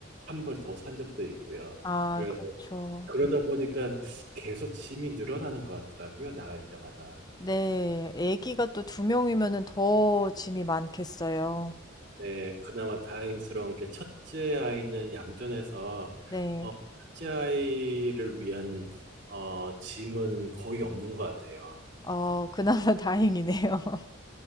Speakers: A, on the right; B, on the left.
A: 한벌 더 산 적도 있고요.
B: 아,
A: 그래서
B: 그렇죠.
A: 그러다 보니까 계속 짐이 늘어나는 것 같더라고요. 나갈 때마다.
B: 네. 아기가 또 두 명이면은 더 짐이 많겠어요.
A: 네, 그나마 다행스러운 게 첫째 아이는 얌전해서
B: 네.
A: 어, 첫째 아이를 위한 어, 짐은 거의 없는 것 같아요.
B: 어 그나마 <laughs> 다행이네요. <laughs>